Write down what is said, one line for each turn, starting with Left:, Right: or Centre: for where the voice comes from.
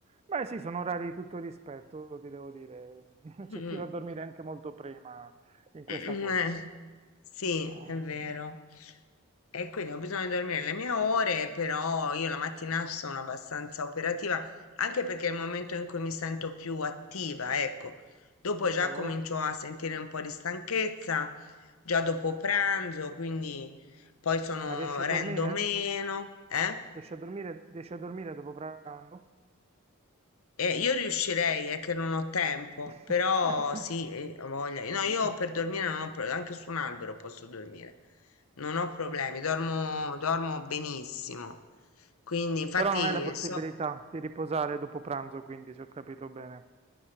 Right: Beh, sì, sono orari di tutto rispetto, ti devo dire. <laughs> C'è
Left: <laughs>
Right: chi va a dormire anche molto prima in questa
Left: Mm,
Right: call.
Left: eh, sì,
Right: Eh,
Left: è vero. E quindi ho bisogno di dormire le mie ore, però io la mattina sono abbastanza operativa, anche perché è il momento in cui mi sento più attiva, ecco. Dopo già
Right: cavolo,
Left: comincio a sentire un po' di stanchezza, già dopo pranzo, quindi poi sono,
Right: ma riesci a
Left: rendo
Right: dormire?
Left: meno, eh?
Right: Riesci a dormire, riesci a dormire dopo pranzo?
Left: Eh, io riuscirei, è che non ho tempo,
Right: <laughs>
Left: però sì, eh, ho voglia. No, io per dormire non ho pro- anche su un albero posso dormire, non ho problemi, dormo, dormo benissimo. Quindi, infatti,
Right: Però non hai la possibilità
Left: so,
Right: di riposare dopo pranzo, quindi se ho capito bene,